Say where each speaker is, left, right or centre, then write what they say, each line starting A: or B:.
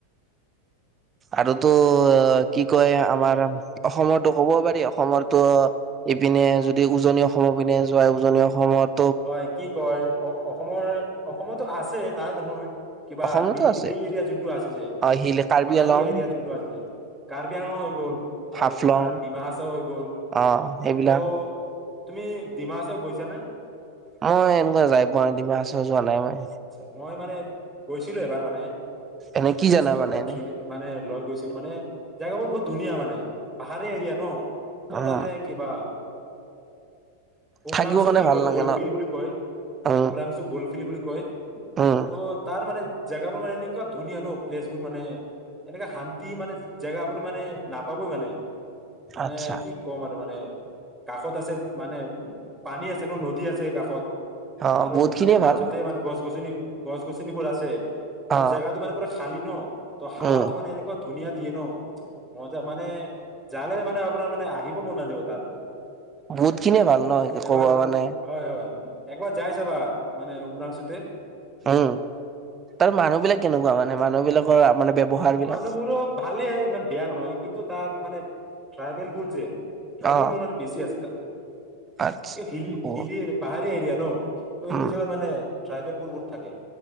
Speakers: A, on the right (about 20°); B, in the centre.
A: আৰু টো কি কয় আমাৰ অসমৰো ক'ব পাৰি, অসমতটো ইপিনে যদি উজনি অসমৰ পিনে যোৱা উজনি অসমত
B: হয় কি কয় অসমৰ অসমতো আছে নাই নহয়। কিবা
A: অসমতো
B: হিল
A: আছে
B: হিল এৰিয়া যোনটো আছে যে,
A: অ হিল কাৰ্বি
B: পাহাৰী
A: আলং
B: এৰিয়া যোনটো আছে যে কাৰ্বি আংলং হৈ গ'ল
A: হাফলং
B: আৰু তোমাৰ ডিমা হাছাও হৈ গ'ল।
A: অ সেইবিলাক
B: ত' তুমি ডিমা হাছাও গৈছা নে?
A: মই এনেকুৱা যাই পোৱা নাই ডিমা হাছাও যোৱা নাই মই।
B: আচ্ছা, মই মানে গৈছিলো এবাৰ মানে।
A: এনে কি
B: মানে
A: জানা
B: স্কুলৰ পৰা
A: এনে
B: ত্ৰিপ মানে লৈ গৈছিল মানে জেগাবোৰ বহুত ধুনীয়া মানে। পাহাৰী এৰিয়া ন ত'
A: উম
B: তাতে কিবা উমৰাংছু
A: থাকিবৰ কাৰণে
B: বুলি
A: ভাল
B: কয়,
A: লাগে
B: গলফিল
A: ন
B: বুলি কয়,
A: উম
B: উমৰাংছু গল ফিল বুলি কয়
A: উম
B: ত' তাৰ মানে জেগাবোৰ মানে এনেকুৱা ধুনীয়া ন' প্লেচ বোৰ মানে এনেকুৱে শান্তি মানে জেগা বুলি মানে নাপাবই মানে। মানে
A: আচ্ছা
B: কি কম আৰু মানে কাষত আছে মানে পানী আছে ন' নদী আছে কাষত
A: অ
B: আৰু
A: বহুত খিনিয়ে
B: মাজতে
A: ভাল
B: মানে গছ, গছ <unintelligible> গছ, গছনিবোৰ আছে। আৰু
A: অ
B: জেগাতো মানে পুৰা খালি ন ত' হাৱাতো
A: উম
B: মানে এনেকুৱা ধুনীয়া দিয়ে ন' মজা মানে জালে মানে আপোনাৰ মানে আহিব মন নাযাব তাৰ পৰা।
A: বহুত খিনিয়ে ভাল ন
B: একবাৰ
A: ক'ব মানে
B: হয় হয় একবাৰ যাই চাবা মান উম্ৰাংশুতে
A: উম তাৰ মানুহ বিলাক কেনেকুৱা মানে মানুহ বিলাকৰ মানে ব্যৱহাৰ বিলাক
B: মানুহবোৰো ভালেই ইমান বেয়া নহয় কিন্তু তাৰ মানে ট্ৰাইবেল বোৰ যে ট্ৰাইবেল
A: অ
B: মানুহ মানে বেছি আছে তাত এই
A: আচ্ছা
B: হিল
A: অ
B: হিলিয়াৰি পাহাৰ এৰিয়া ন। ত' এইবোৰ
A: উম
B: জাগাত মানে ট্ৰাইবেল পুৰবোৰ থাকে।